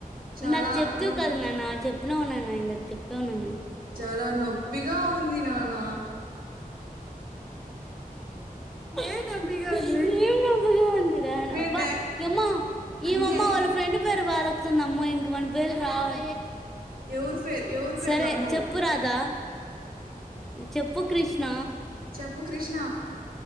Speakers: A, on the right; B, in the centre.
A: చాలా
B: ఇందాక చెప్తివి
A: నొప్పి
B: కదా నాన్న చెప్పినవ్ నాన్న ఇందాకా చెప్పావు నానా
A: చాలా నొప్పిగా ఉంది నాన్న
B: ఎం నొపిగా ఉంది ఉందిరా
A: మే
B: అబ్బా
A: డై
B: ఇమ్మా
A: అండి
B: ఈమమ్మ
A: అది
B: వాళ్ళ ఫ్రెండ్ పేరు వాళ్ళకుతు అమ్మ ఇం క మన పేర్లు రావ్
A: ఎవరి పేరు ఎవరి పేర్లమ్మో
B: సరే చెప్పు రాధా చెప్పు కృష్ణ
A: ప్పు కృష్ణ